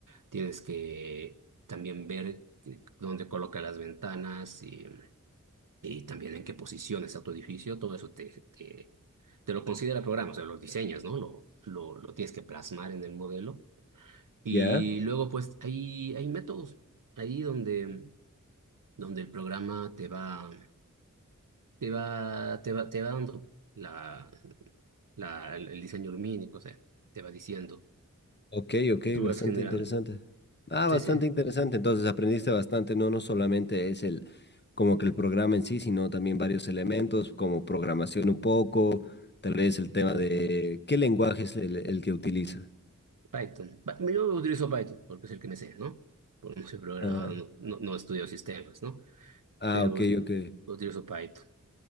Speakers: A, on the right; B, on the left.
A: tienes que también ver que- dónde coloca las ventanas y, y también en qué posición está tu edificio, todo eso te, te, te lo considera el programa, o sea, los diseños, ¿no? Lo, lo, lo tienes que plasmar en el modelo y
B: ¿Ya?
A: luego, pues, hay, hay métodos ahí donde, donde el programa te va, te va, te va, te va dando la, la, el diseño lumínico, o sea, te va diciendo,
B: Ok, ok,
A: tú
B: bastante
A: vas generándolo.
B: interesante. Ah, bastante
A: Sí, sí,
B: interesante. Entonces aprendiste bastante, no, no solamente es el como que el programa en sí, sino también varios elementos como programación un poco, tal vez el tema
A: bueno,
B: de qué lenguaje es el, el que utiliza.
A: Python. Pa- Yo utilizo Python porque es el que me sé, ¿no? Porque no soy programador,
B: Ah,
A: no, no, no estudio sistemas, ¿no?
B: ah,
A: Pero
B: ok, ok.
A: utilizo Python.